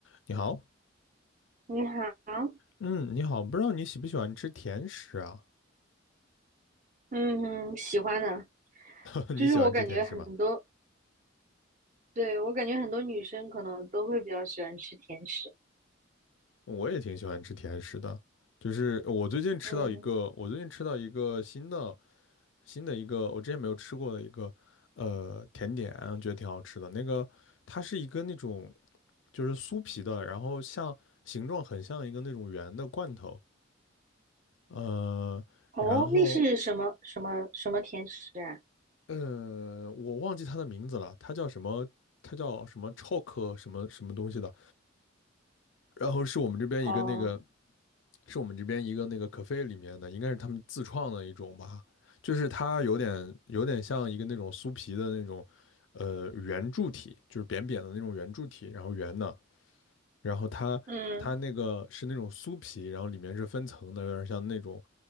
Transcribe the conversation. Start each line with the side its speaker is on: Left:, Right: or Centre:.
Left: 你好，
Right: 你好，
Left: 嗯，你好，不知道你喜不喜欢吃甜食啊？
Right: 嗯，喜欢的，
Left: <laughs>
Right: 就是我感觉很多，
Left: 你喜欢吃甜食吗？
Right: 对，我感觉很多女生可能都会比较喜欢吃甜食。
Left: 我也挺喜欢吃甜食的，就是我最近吃到一个，
Right: 嗯，
Left: 我最近吃到一个新的新的一个我之前没有吃过的一个呃甜点，觉得挺好吃的。那个它是一个那种就是酥皮的，然后像形状很像一个那种圆的罐头，呃，
Right: 哦，
Left: 然后
Right: 那是什么什么什么甜食啊？
Left: 呃我忘记它的名字了，它叫什么？它叫什么 chalk 什么什么东西的。然后是我们这边一个那个，
Right: 哦，
Left: 是我们这边一个那个 cafe 里面的，应该是他们自创的一种吧，就是它有点有点像一个那种酥皮的那种，呃，圆柱体，就是扁扁的那种圆柱体，然后圆的，然后它它那个是那种酥皮，
Right: 嗯，
Left: 然后里面是分层的，有点像那种，